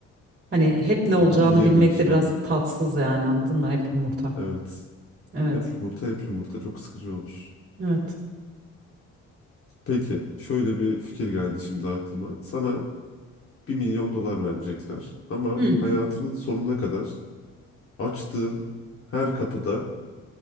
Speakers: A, on the right; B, on the left.
A: Hani hep ne olacağını
B: Ama yiyemiyorsun
A: bilmek de biraz
B: onu.
A: tatsız yani anladın mı? Hep yumurta.
B: Evet.
A: Evet.
B: Hep yumurta, hep yumurta çok sıkıcı olur.
A: Evet.
B: Peki, şöyle bir fikir geldi şimdi aklıma. Sana bir milyon dolar verecekler ama
A: Hmm,
B: hayatının sonuna kadar açtığın her kapıda,